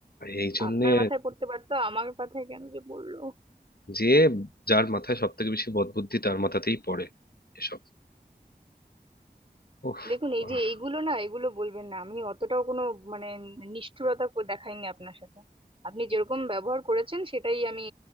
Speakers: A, on the left (about 70°); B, on the right (about 35°).
A: এই জন্যে
B: আপনার মাথায় পড়তে পারতো আমার মাথায় কেন যে পড়লো
A: যে যার মাথায় সব থেকে বেশি বদবুদ্ধি তার মাথাতেই পড়ে এসব উফ
B: দেখুন এই
A: আহ,
B: যে এইগুলো না এগুলো বলবেন না আমি অতটাও কোনো মানে নিষ্ঠুরতা কো- দেখাইনি আপনার সাথে আপনি যেরকম ব্যবহার করেছেন সেটাই আমি